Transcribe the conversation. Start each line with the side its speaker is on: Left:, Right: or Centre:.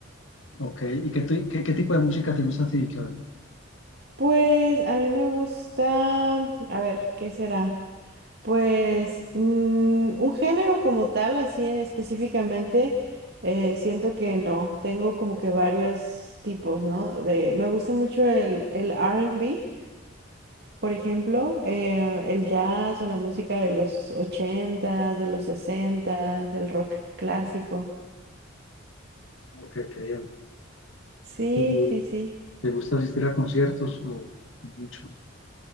Left: Ok, ¿y qué, ti- qué, qué tipo de música te gusta a ti, Claudia?
Right: Pues a mí me gusta, a ver, ¿qué será? Pues mm, un género como tal, así en- específicamente, eh, siento que no. Tengo como que varios tipos, ¿no? De, me gusta mucho el, el R&B, por ejemplo, eh, el jazz o la música de los ochentas, de los sesentas, el rock clásico.
Left: Ok, qué bien.
Right: Sí,
Left: ¿Y
Right: sí, sí.
Left: te gusta asistir a conciertos o mucho?